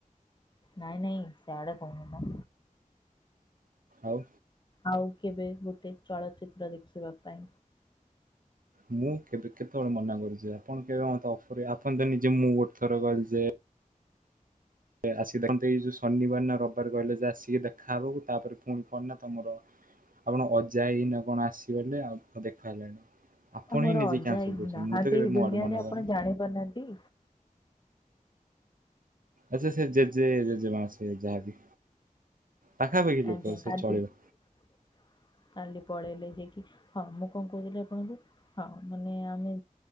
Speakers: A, on the left; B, on the right.
A: ନାଇଁ ନାଇଁ ସିୟାଡେ କହୁନି ମ।
B: ଆଉ।
A: ଆଉ କେବେ ଗୋଟେ ଚଳଚିତ୍ର ଦେଖିବା ପାଇଁ।
B: ମୁଁ କେବେ କେତେବେଳେ ମନା କରୁଛି ଆପଣ କେବେ ମତେ ଅଫର ରେ ଆପଣ ତ ନିଜେ ମୁଁ ଗୋଟେ ଥର କହିଲି ଯେ ଆସିକି ଦେଖନ୍ତି ଏଇ ଯୋଉ ଶନିବାର ନା ରବିବାର କହିଲେ ଯେ ଆସିକି ଦେଖାହବାକୁ ତାପରେ ପୁଣି କଣ ନା ତମର। ଆପଣଙ୍କ ଅଜା ଆଇ ନା କଣ ଆସିଗଲେ ଆଉ ଆଉ ଦେଖା ହେଲାନି। ଆପଣ
A: ଏ ମୋର
B: ହିଁ ନିଜେ
A: ଅଜା
B: କ୍ୟାନସଲ୍
A: ଆଇ
B: କରୁଛନ୍ତି
A: ନାହାନ୍ତି
B: ମୁଁ ତ କେବେ
A: ଏଇ
B: ମୋ
A: ଦୁନିଆରେ
B: ଆଡୁ ମନା
A: ଆପଣ
B: କରିନି।
A: ଜାଣି ପାରୁନାହାନ୍ତି।
B: ଆଛା ସେ ଜେଜେ ଜେଜେ ମା ସେ ଯାହାବି ପାଖାପାଖି ଲୋକ
A: ଆଜ୍ଞା
B: ସେ ଚଳିବ।
A: <unintelligible> କାଲି ପଳେଇଲେ ଯିଏ କି ହଁ ମୁଁ କଣ କହୁଥିଲି ଆପଣଙ୍କୁ ହଁ ମାନେ ଆମେ।